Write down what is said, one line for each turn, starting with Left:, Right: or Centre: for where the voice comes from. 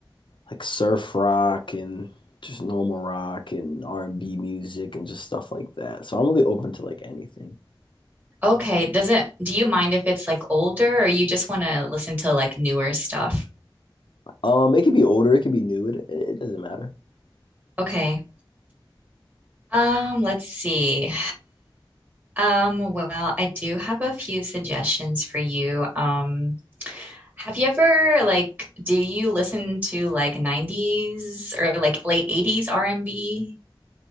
Left: like surf rock and just normal rock and R and B music and just stuff like that. So I'm really open to like anything.
Right: Okay, doesn't do you mind if it's like older or you just want to listen to like newer stuff?
Left: Um, it could be older, it could be new. It it doesn't matter.
Right: Okay. Um, let's see. Um, well, I do have a few suggestions for you. Um, have you ever like do you listen to like 90s or like late 80s R&B?